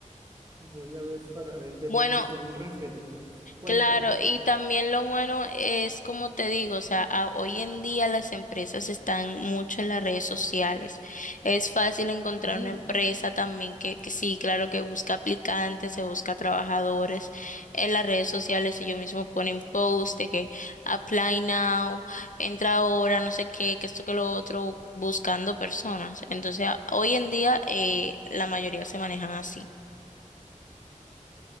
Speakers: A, on the right (about 30°); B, on the left (about 70°).
A: Voy a ver para ver de
B: Bueno,
A: pronto con un referido. Cuéntame.
B: Claro, y también lo bueno es, como te digo, o sea, a- hoy en día las empresas están mucho en las redes sociales. Es fácil encontrar
A: Mm.
B: una empresa también que, que sí, claro, que busca aplicantes, se busca trabajadores en las redes sociales. Ellos mismos ponen post de que apply now, entra ahora, no sé qué, que esto que lo otro, buscando personas. Entonces, a- hoy en día eh, la mayoría se manejan así.